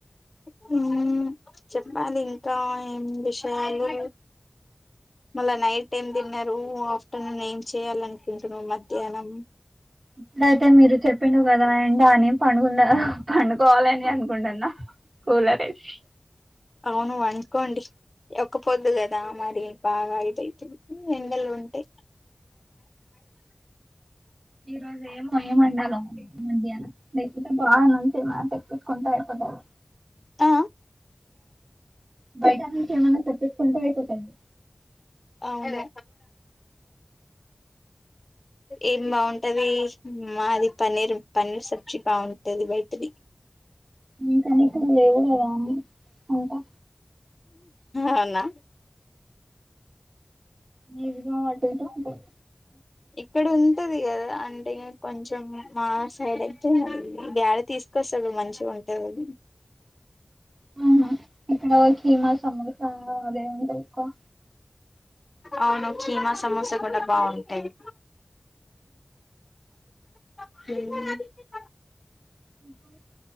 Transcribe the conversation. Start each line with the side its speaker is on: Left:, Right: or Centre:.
Left: హ్మ్మ్ చెప్పాలి ఇంకా ఏం విషయాలు మళ్ళా నైట్ ఏం తిన్నారు ఆఫ్టర్నూన్ ఏం చేయాల అనుకుంటున్నా మధ్యాహ్నం
Right: ఇ అయితే మీరు చెప్పిండరు కద ఫ్రెండ అని పండుకున్న పండుకోవాలని అనుకుంటున్నా కలర్ యేసి.
Left: అవును పనుకోండి ఒక్కపోద్దు కథ మరి బాగా ఇదైతది ఎండలు ఉంటాయి.
Right: ఈ రోజు ఎమ్ వండి వండాలో మరి మధ్యాహ్నం. ఇటూ బానుంటి నాకైతే కొంటా ఐపోతది.
Left: ఆ
Right: బయట నుంచి ఏమన్నా తెప్పించుకుంటే అయిపోతాది.
Left: అవునా ఏం బాగుంటది. మాది పన్నీర్, పన్నీర్ సబ్జీ బాగుంటది బయటిది.
Right: ఇంకా నీకు లేవదు కదా అంతా
Left: అవునా
Right: నీ సుగవటంటే ఉంటాది
Left: ఎక్కడ ఉండ్ ఉంటది కదా అంటే కొంచెం మా సైడ్ అయితే డాడీ తీసుకొస్తాడు మంచిగా ఉంటది.
Right: అవునా ఇక్కడ కీమ సమోసా అదే ఉంటాయి. ఎక్కువ
Left: అవును కీమా సమోసా కూడా బావుంటాయి. తిన్
Right: ఉహ్